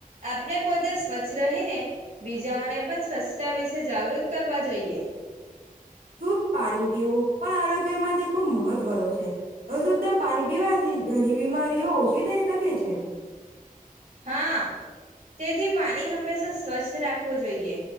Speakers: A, on the right; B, on the right.
A: આપણે પોતે સ્વચ્છ રહીને બીજાઓને પણ સ્વચ્છતા વિશે જાગૃત કરવા જોઈએ
B: શુ્ પાણી પીવું પણ આરોગ્ય માંે ખુબ મહત્વનું છે હશુદ્ધા પાણી પીવાથી ઘણી બીમારીઓ ઓછી થઈ શકે છે
A: હા તેથી પાણી હંમેશા સ્વચ્છ રાખવું જોઈએ